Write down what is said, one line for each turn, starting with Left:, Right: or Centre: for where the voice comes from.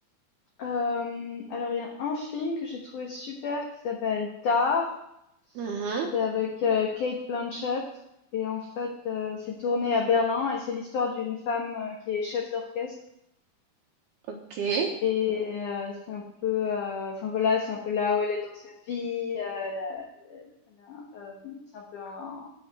Left: hem, alors il y a un film que j'ai trouvé super qui s'appelle Tar.
Right: Mhm.
Left: C'est avec, heu, Cate Blanchett et en fait, heu, c'est tourné à Berlin et c'est l'histoire d'une femme, heu, qui est chef d'orchestre
Right: Ok. Et
Left: et heu, c'est un peu, heu, enfin voilà, c'est un peu là où elle est dans sa vie, heu, elle a elle a, hem, c'est un peu un